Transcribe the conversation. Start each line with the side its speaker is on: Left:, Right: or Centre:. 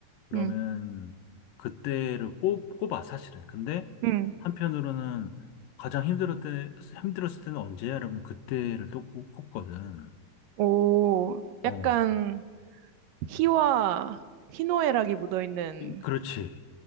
Left: 그러면
Right: 음,
Left: 그때를 꼽, 꼽아, 사실은. 근데
Right: 음. 음.
Left: 한편으로는 가장 힘들었을 때, 힘들었을 때는 언제야? 그러면 그때를 또 꼽- 꼽거든.
Right: 오,
Left: 어,
Right: 약간 희와 희노애락이 묻어있는
Left: 흰- 그렇지.